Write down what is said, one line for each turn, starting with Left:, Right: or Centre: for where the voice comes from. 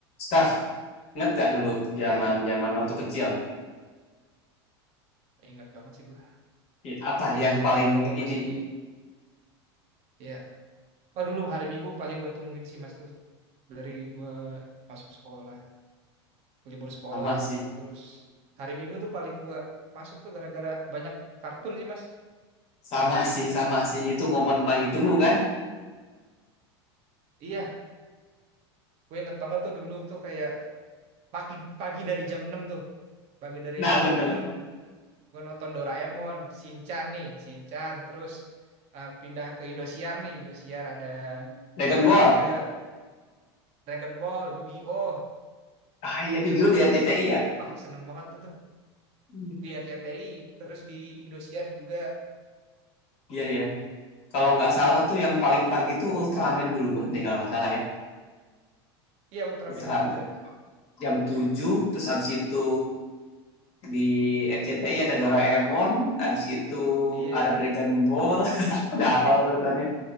Left: Staff, ingat nggak dulu zaman
Right: Ya,
Left: zaman waktu kecil?
Right: ingat banget sih gue.
Left: I- Apa yang
Right: Zaman-zaman
Left: paling
Right: gue
Left: ini
Right: masih ya, oh dulu hari Minggu paling gue tungguin sih Mas tuh dari gue masuk sekolah, libur sekolah,
Left: sama sih,
Right: terus hari Minggu tuh paling gue masuk tuh gara-gara banyak kartun sih Mas.
Left: sama sih, sama sih. Itu momen paling ditunggu kan?
Right: Iya, gue ingat banget tuh dulu tuh kayak pagi pagi dari jam 6 tuh, pagi dari
Left: Nah
Right: jam
Left: bener,
Right: 6 gue nonton Doraemon, Shinchan nih, Shinchan, terus eh, pindah ke Indosiar nih, Indosiar ada
Left: Dragon
Right: Kamen
Left: Ball.
Right: Rider, Dragon Ball, Yu-Gi-Oh.
Left: Ah iya, Yu-Gi-Oh di RCTI ya?
Right: Wah, seneng banget tuh
Left: Hmm.
Right: di RCTI terus di Indosiar juga
Left: Iya ya. Kalau nggak salah tuh yang paling pagi tuh Ultraman duluan deh kalau nggak salah ya.
Right: iya Ultraman
Left: Ultraman
Right: tiga
Left: jam tujuh terus abis itu di RCTI ada Doraemon, abis itu
Right: iya
Left: ada
Right: iya
Left: Dragon Ball. <laughs> Udah apa urutannya?